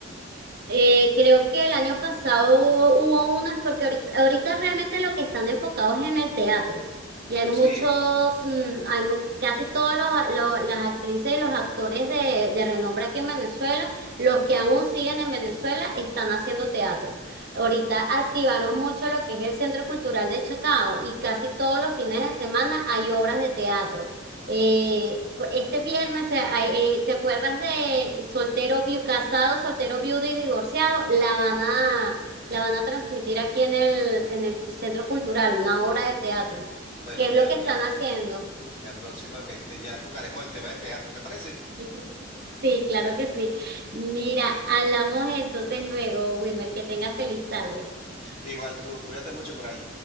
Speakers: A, on the right (about 50°); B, on the left (about 40°).
A: Eh, creo que el año pasado hubo unas porque ahorita, ahorita realmente lo que están enfocados es en el teatro y hay muchos,
B: Sí.
A: mm, hay mu- casi todos los, lo- las actrices y los actores de, de renombre aquí en Venezuela, los que aún siguen en Venezuela están haciendo teatro. Ahorita activaron mucho lo que es el Centro Cultural de Chacao y casi todos los fines de semana hay obras de teatro. Eh, por- este viernes, eh, hay- eh, ¿te acuerdas de Soltero Viu- Casado, Soltero Viudo y Divorciado? La van a, la van a transmitir aquí en el, en el Centro Cultural, una obra de teatro.
B: Bueno,
A: ¿Qué es
B: ya,
A: lo que
B: ya,
A: están haciendo?
B: ya próximamente ya tocaremos el tema de teatro, ¿te parece?
A: <laughs> Sí, claro que sí. Mira, hablamos entonces luego, Wilmer, que tengas feliz tarde.
B: Igual tú, cuídate mucho por ahí.